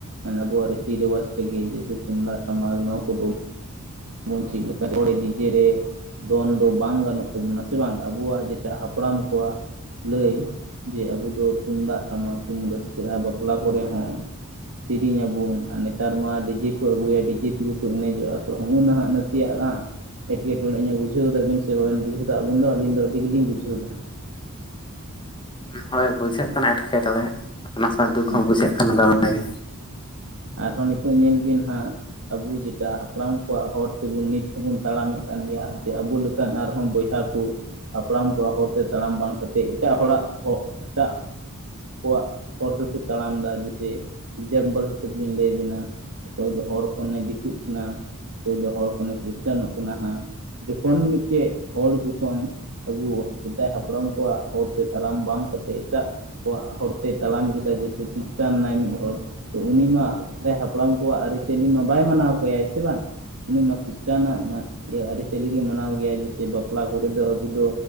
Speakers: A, on the right; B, on the left.
A: ᱟᱵᱚᱣᱟᱜ ᱨᱤᱛᱤ ᱨᱮᱣᱟᱡ ᱯᱮᱜᱮ ᱡᱮᱭᱥᱮ ᱛᱩᱢᱫᱟᱜ ᱴᱟᱢᱟᱠ ᱱᱚᱣᱟ ᱠᱚ ᱵᱟ ᱵᱚᱱ <unintelligible> ᱰᱤᱡᱮ ᱨᱮ ᱫᱚᱱ ᱫᱚ ᱵᱟᱝ ᱜᱟᱱᱚᱜ ᱛᱟᱵᱚᱱᱟ ᱥᱮ ᱵᱟᱝ ᱟᱵᱚᱣᱟᱜ ᱡᱮᱴᱟ ᱦᱟᱯᱲᱟᱢ ᱠᱚᱣᱟᱜ ᱞᱟᱹᱭ ᱡᱮ ᱟᱵᱚ ᱫᱚ ᱛᱩᱢᱫᱟᱜ ᱴᱟᱢᱟᱠ ᱛᱮᱵᱩᱱ ᱨᱟᱹᱥᱠᱟᱹᱜᱼᱟ ᱵᱟᱯᱞᱟ ᱠᱚᱨᱮ ᱦᱚᱸ ᱾ ᱥᱮᱨᱮᱧ ᱟᱵᱚᱱ ᱟᱨ ᱱᱮᱛᱟᱨ ᱢᱟ ᱰᱤᱡᱮ ᱠᱚ ᱟᱹᱜᱩᱭᱟ ᱰᱤᱡᱮ ᱛᱮᱜᱮ ᱠᱚ ᱮᱱᱮᱡᱚᱜᱼᱟ ᱛᱚ, ᱦᱩᱜᱼᱚ ᱱᱟ ᱦᱟᱸᱜ ᱱᱟᱥᱮᱭᱟᱜ ᱦᱟᱸᱜ ᱮᱴᱠᱮᱴᱚᱬᱮ ᱧᱚᱜ ᱵᱩᱡᱷᱟᱹᱣ ᱫᱟᱵᱤᱱ ᱥᱮ ᱵᱟᱵᱮᱱ ᱵᱩᱡᱟᱹᱣᱫᱟ ᱟᱵᱤᱱ ᱫᱚ ᱟᱹᱞᱤᱧ ᱟᱹᱰᱤ ᱜᱮᱞᱤᱝ ᱡᱷᱟᱹᱣᱫᱟ ᱦᱟᱸᱜ ᱾
B: ᱦᱳᱭ ᱵᱩᱡᱷᱟᱹᱜ ᱠᱟᱱᱟ ᱮᱴᱠᱮᱴᱚᱬᱮ, ᱚᱱᱟ ᱥᱟᱶ ᱫᱩᱠ
A: ᱦᱮᱸ
B: ᱦᱚᱸ ᱵᱩᱡᱷᱟᱹᱜ ᱠᱟᱱᱟ ᱫᱚᱢᱮ ᱜᱮ᱾
A: ᱟᱨᱦᱚᱸ ᱱᱤᱛᱚᱜ ᱧᱮᱞ ᱵᱤᱱ ᱦᱟᱸᱜ ᱟᱵᱚ ᱡᱮᱴᱟ ᱦᱟᱯᱲᱟᱢ ᱠᱚᱣᱟᱜ ᱦᱚᱨ ᱛᱮᱵᱚᱱ ᱱᱤᱛ ᱦᱚᱸᱵᱚᱱ ᱛᱟᱲᱟᱢᱮᱫ ᱠᱟᱱ ᱜᱮᱭᱟ ᱥᱮ ᱟᱵᱚ ᱞᱮ ᱠᱟᱱ ᱟᱨᱦᱚᱸ ᱵᱚᱭᱦᱟ ᱠᱚ ᱦᱟᱯᱲᱟᱢ ᱠᱚᱣᱟᱜ ᱦᱚᱨᱛᱮ ᱛᱟᱲᱟᱢ ᱵᱟᱝ ᱠᱟᱛᱮᱫ ᱮᱴᱟᱜ ᱦᱚᱲᱟᱜ ᱦᱚᱜ ᱮᱴᱟᱜ ᱠᱚᱣᱟᱜ ᱦᱚᱨ ᱨᱮᱠᱚ ᱛᱟᱲᱟᱢ ᱫᱟ ᱡᱮᱭᱥᱮ ᱡᱟᱢᱵᱟᱞ ᱦᱤᱥᱟᱹᱵ ᱞᱤᱧ ᱞᱟᱹᱭ ᱟᱵᱮᱱᱟ ᱚᱠᱚᱭ ᱫᱚ ᱦᱚᱲ ᱠᱷᱚᱱᱮ ᱫᱤᱠᱩᱜ ᱠᱟᱱᱟ, ᱚᱠᱚᱭ ᱫᱚ ᱦᱚᱲ ᱠᱷᱚᱱᱮ ᱠᱷᱨᱤᱥᱴᱟᱱᱚᱜ ᱠᱟᱱᱟ ᱦᱟᱸᱜ ᱾ ᱡᱚᱠᱷᱚᱱ ᱢᱤᱫᱴᱮᱡ ᱦᱚᱲ ᱡᱚᱠᱷᱚᱱ ᱟᱵᱚᱣᱟᱜ ᱥᱮᱫᱟᱭ ᱦᱟᱯᱲᱟᱢ ᱠᱚᱣᱟᱜ ᱦᱚᱨᱛᱮ ᱛᱟᱲᱟᱢ ᱵᱟᱝ ᱠᱟᱛᱮᱫ ᱮᱴᱟᱜ ᱠᱚᱣᱟᱜ ᱦᱚᱲ ᱛᱮ ᱛᱟᱲᱟᱢ ᱠᱮᱫᱟ ᱡᱮᱭᱥᱮ ᱠᱷᱤᱥᱴᱟᱱ ᱱᱟᱭ ᱢᱤᱫ ᱦᱚᱲ, ᱛᱚ ᱩᱱᱤ ᱢᱟ ᱥᱮᱫᱟᱭ ᱦᱟᱯᱲᱟᱢ ᱠᱚᱣᱟᱜ ᱟᱹᱨᱤᱪᱟᱹᱞᱤ ᱢᱟ ᱵᱟᱭ ᱢᱟᱱᱟᱣ ᱠᱮᱭᱟ ᱥᱮ ᱵᱟᱝ! ᱩᱱᱤ ᱢᱟ ᱠᱷᱤᱥᱴᱱᱟᱜ ᱤᱭᱟᱹ ᱟᱹᱨᱤᱪᱟᱹᱞᱤ ᱜᱮ ᱢᱟᱱᱟᱣ ᱜᱮᱭᱟ ᱡᱮᱭᱥᱮ ᱵᱟᱯᱞᱟ ᱠᱚᱨᱮ ᱫᱚ ᱟᱵᱚ ᱫᱚ